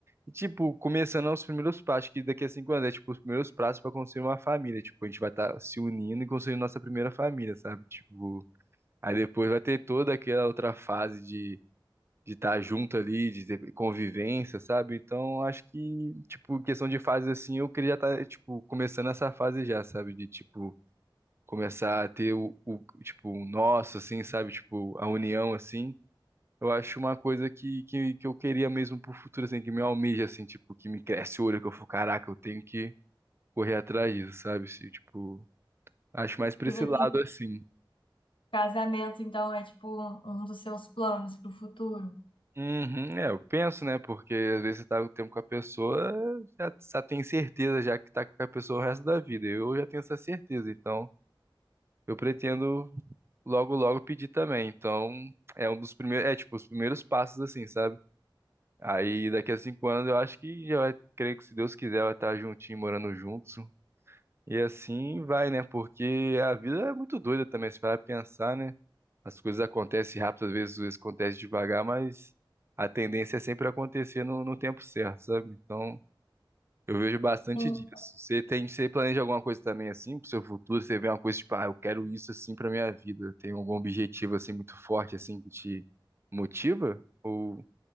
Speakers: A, on the right; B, on the left.
A: E, tipo, começando aos primeiros passos, que daqui a cinco anos é, tipo, os primeiros passos pra construir uma família. Tipo, a gente vai estar se unindo e construindo nossa primeira família, sabe? Tipo, aí depois vai ter toda aquela outra fase de. De estar junto ali, de ter convivência, sabe? Então, acho que, tipo, em questão de fase assim, eu queria já estar, tipo, começando essa fase já, sabe? De, tipo, começar a ter o, o- tipo, o nosso, assim, sabe? Tipo, a união, assim. Eu acho uma coisa que, que, que eu queria mesmo pro futuro, assim, que me almeja, assim, tipo, que me cresce o olho, que eu falo, caraca, eu tenho que correr atrás disso, sabe? Se, tipo, acho mais pra
B: Tipo
A: esse
B: assim,
A: lado, assim.
B: casamento, então, é tipo um, um dos seus planos para o futuro.
A: Uhum, é, eu penso, né? Porque às vezes você tá o tempo com a pessoa, já, já tem certeza já que tá com a pessoa o resto da vida. Eu já tenho essa certeza, então eu pretendo logo, logo pedir também. Então, é um dos primeiros, é tipo, os primeiros passos, assim, sabe? Aí daqui a cinco anos eu acho que já vai, creio que se Deus quiser, vai estar juntinho, morando juntos. E assim vai, né? Porque a vida é muito doida também, se parar pra pensar, né? As coisas acontecem rápido, às vezes, às vezes acontece devagar, mas a tendência é sempre acontecer no, no tempo certo, sabe? Então, eu vejo bastante
B: Sim.
A: disso. Você tem, você planeja alguma coisa também assim pro seu futuro? Você vê uma coisa tipo, ah, eu quero isso assim pra minha vida. Tem algum objetivo assim muito forte assim que te motiva? Ou